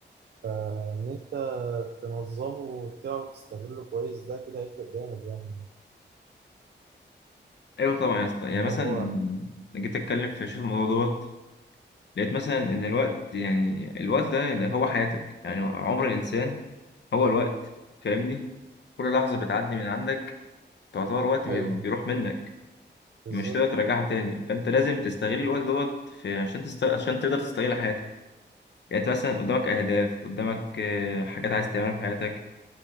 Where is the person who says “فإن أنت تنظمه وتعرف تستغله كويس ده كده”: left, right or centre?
Right